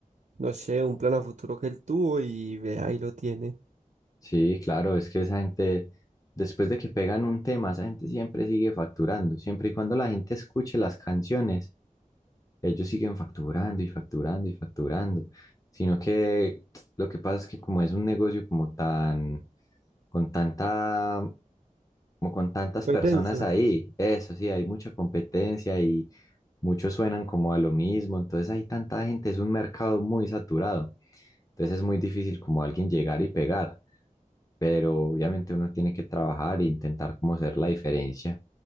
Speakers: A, on the right; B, on the left.
A: no sé, un plan a futuro que él tuvo y ve, ahí lo tiene.
B: Sí, claro, es que esa gente, después de que pegan un tema, esa gente siempre sigue facturando. Siempre y cuando la gente escuche las canciones, ellos siguen facturando y facturando y facturando. Sino que lo que pasa es que como es un negocio como tan, con tanta, como con tantas
A: Competencia.
B: personas ahí, eso sí, hay mucha competencia y muchos suenan como a lo mismo. Entonces hay tanta gente, es un mercado muy saturado. Entonces es muy difícil como alguien llegar y pegar pero obviamente uno tiene que trabajar e intentar como hacer la diferencia.